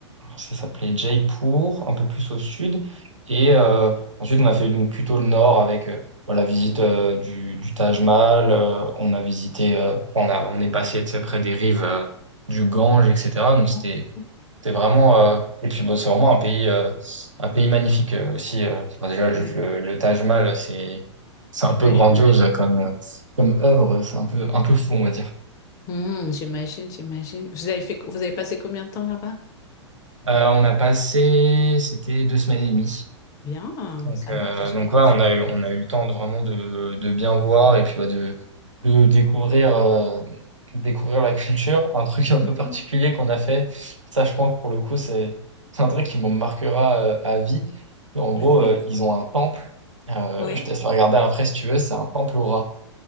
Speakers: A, on the right; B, on the left.
A: ça s'appelait Jaipur un peu plus au sud et euh, Ensuite, on a fait donc plutôt le nord avec euh, voilà, la visite euh, du, du Taj Mahal. euh, on a visité, euh, on a, on est passé tu sais, près des rives euh, du Gange, etc. Donc c'était,
B: Non, je trouve.
A: c'était vraiment, euh, et puis bon, c'est vraiment un pays, euh, un pays magnifique euh, aussi. euh. Enfin, déjà, juste
B: Ouais,
A: le, le Taj Mahal, c'est, c'est un peu
B: ouais,
A: grandiose
B: j'imagine.
A: comme, euh, comme œuvre. C'est un peu, un peu fou, on va dire.
B: Hmm, j'imagine, j'imagine. Vous avez fait, vous avez passé combien de temps là-bas?
A: Euh, on a passé, c'était deux semaines et demie.
B: Bien,
A: Donc,
B: ça
A: euh,
B: va, deux semaines
A: donc ouais,
B: et demie.
A: on a eu, on a eu le temps de vraiment de, de bien voir et puis bah, de, de découvrir, euh, découvrir la culture. Un truc un peu
B: Mhm,
A: particulier qu'on a fait, ça je pense pour le coup, c'est c'est un truc qui me marquera euh, à vie. En gros,
B: Vas-y.
A: euh, ils ont un temple. Euh,
B: Oui.
A: je te laisse regarder après si tu veux, c'est un temple au rat.